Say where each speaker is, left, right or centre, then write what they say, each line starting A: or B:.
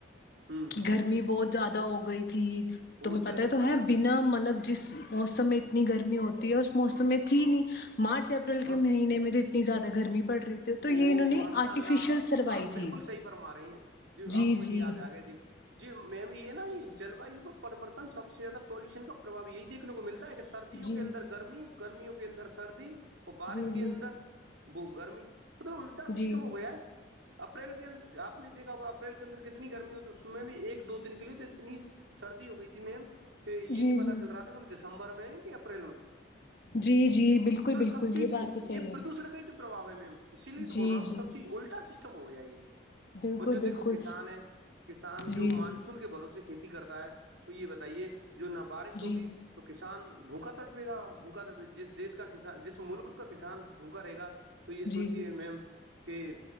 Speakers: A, on the right (about 85°); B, on the left (about 50°).
A: ہوں
B: کہ
A: ہوں
B: گرمی بہت زیادہ ہو گئی تھی
A: بہت
B: تمہیں پتا
A: زیادہ
B: ہی تو ہے بنا مطلب جس موسم میں اتنی گرمی ہوتی ہے اس موسم میں تھی نہیں مارچ اپریل
A: ہاں
B: کے مہینے میں تو اتنی زیادہ گرمی پڑ رہی تھی تو
A: او
B: یہ انہوں
A: ماشاء
B: نے آرٹیفیشیل
A: اللہ
B: سروائی
A: آپ بالکل
B: تھی
A: صحیح فرما رہی ہیں جو اب
B: جی
A: مجھے
B: جی
A: یاد آ گیا د جی میم یہ نا جل وایو پ پرریوررتن سب سے زیادہ پالوشن کا <unintelligible> پرباؤ یہی دیکنے کو ملتا ہے کہ سردیوں
B: جی
A: کے اندر گرمی گرمیوں کے اندر سردی اور بارش
B: جی
A: کے
B: جی
A: اندر وہ گرمی مطلب الٹا
B: جی
A: سسٹم ہو گیا ہے اپریل کے انر آپ نے دیکا ہوگا اپریل کے اندر کتنی گرمی ہوتی اس میں بھی ایک دو دن کے لیے تو اتنی سردی ہو گئی تھی میم کہ یہ
B: جی
A: نہیں پتا
B: جی
A: چل رہا تھا دسمبر میں ہے کہ اپریل میں
B: جی جی بالکل
A: تو
B: بالکل
A: سب چیز
B: یہ بات تو صحیح
A: یہ
B: ہے
A: پردوشن کا ہی تو پرباؤ ہے میم اسی تو
B: جی
A: بول رہا ہوں
B: جی
A: سب چیز الٹا سسٹم ہو گیا یہ
B: بالکل
A: اور جو
B: بالکل
A: دیکھو کسان ہے کسان
B: جی
A: جو مان کے بھروسے کھیتی کرتا ہے تو یہ بتائیے جو نہ بارش ہوگی
B: جی
A: تو کسان بھوکا تڑپے گا بھوکا تڑپے جس دیش کا کسان جس ملک کا کسان بھوکا رہے گا تو یہ
B: جی
A: سوچے میم کہ